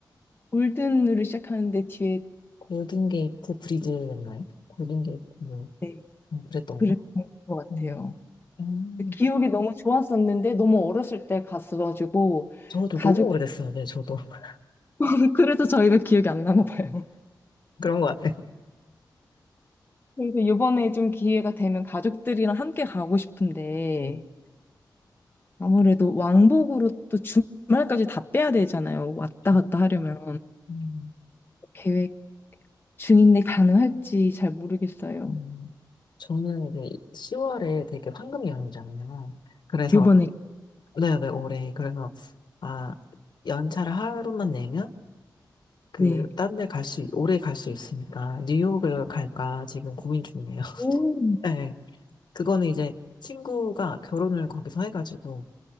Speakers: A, on the left; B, on the left.
A: 골든으로 시작하는데 뒤에
B: 골든게이트 브리즈였나요? 골든게이트, 뭐,
A: 네.
B: 음, 그랬던
A: 그랬던
B: 거.
A: 것 같아요.
B: 음, 음,
A: 기억이 너무 좋았었는데 너무 어렸을 때 갔어가지고
B: 저도
A: 가족
B: 너무 오래됐어요. 네, 저도. <laughs>
A: <laughs> 그래서 저희가 기억이 안 나나 봐요.
B: 그런 것 같아요.
A: 그래서 이번에 좀 기회가 되면 가족들이랑 함께 가고 싶은데
B: 음,
A: 아무래도 왕복으로 또 주말까지 다 빼야 되잖아요. 왔다
B: 음,
A: 갔다 하려면
B: 음,
A: 계획 중인데 가능할지 잘 모르겠어요.
B: 음. 저는 이제 10월에 되게 황금 연휴잖아요. 그래서,
A: 이번에
B: 네네, 올해. 그래서, 아, 연차를 하루만 내면, 그,
A: 네.
B: 딴 데 갈 수, 오래 갈 수 있으니까, 뉴욕을 갈까 지금 고민 중이에요. <laughs>
A: 오.
B: 네. 그거는 이제 친구가 결혼을 거기서 해가지고,